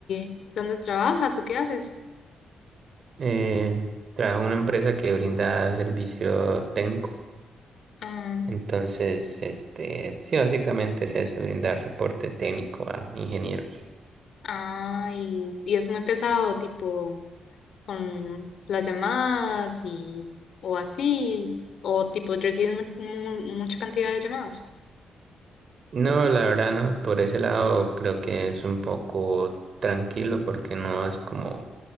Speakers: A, on the left (about 65°); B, on the right (about 45°).
A: y dónde trabajas o qué haces?
B: Eh, trabajo en una empresa que brinda servicio técnico.
A: Ah,
B: Entonces, este, sí, básicamente es eso, brindar soporte técnico a ingenieros.
A: ay, y es muy pesado, tipo, con las llamadas y o así, o tipo, recibes mu- mu- mucha cantidad de llamadas.
B: No, la verdad no, por ese lado creo que es un poco tranquilo porque no es como